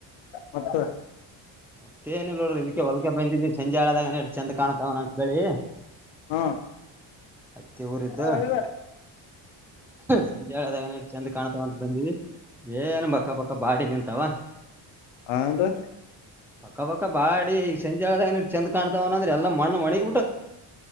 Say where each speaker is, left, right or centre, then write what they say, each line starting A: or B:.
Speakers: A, on the left; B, in the centre.
A: ಮತ್ತ
B: ಮತ್ತೆ ಏನಿಲ್ಲಾ ನೋಡ್ರಿ ಇದಕ್ಕೆ ಹೊಲಕ ಬಂದಿದ್ವಿ ಸಂಜೆ ಆದಾಗ ಚಂದ ಕಾಣತಾವನ ಅಂತ ಬೆಳಿ
A: ಹಾ
B: ಹತ್ತಿ ಊರಿದ್ದು
A: ಹೌದ್ರಿ
B: ಸಂಜೆದಾಗ ಚೆಂದ ಕಾಣ್ತಾವಂತ ಬಂದಿವವಿ ಏನು ಬಕ್ಕ ಬಕ್ಕ ಬಾಡಿ ನಿಂತಾವ
A: ಹಾನ್ರಿ
B: ಬಕ್ಕ ಬಕ್ಕ ಬಾಡಿ ಸಂಜಿ ಹೇಳೆದಗನು ಚೆಂದ ಕಾಣತವ್ ಅಂದ್ರೆ ಎಲ್ಲ ಮಣ್ಣ ಒಣಿಗೀ